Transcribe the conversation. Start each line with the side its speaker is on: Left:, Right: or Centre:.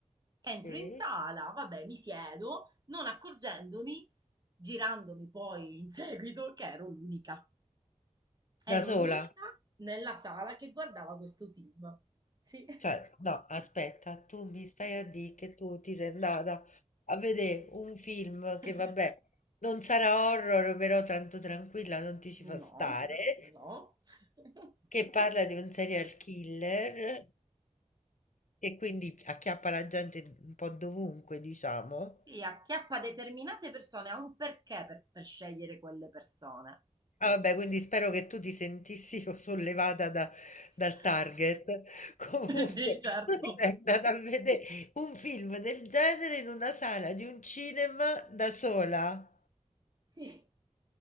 Right: Entro
Left: sì.
Right: in sala, vabbè, mi siedo, non accorgendomi, girandomi poi in seguito, che ero l'unica.
Left: Da
Right: Ero
Left: sola?
Right: l'unica nella sala che guardava questo film. Sì.
Left: Cioè, no, aspetta, tu mi stai a dì che tu ti sei andata a vedè un film che
Right: <laughs>
Left: vabbè, non sarà horror, però tanto tranquilla, non ti ci fa stare,
Right: No, no. <laughs>
Left: che parla di un serial killer che quindi acchiappa la gente un po' dovunque, diciamo.
Right: Sì, acchiappa determinate persone, ha un perché per per scegliere quelle persone.
Left: Ah, vabbè, quindi spero che tu ti sentissi <laughs> sollevata da-
Right: <laughs>
Left: dal target. <laughs> Comunque,
Right: Sì, certo.
Left: tu ti sei andata a vedere un film del genere in una sala di un cinema da sola.
Right: Sì,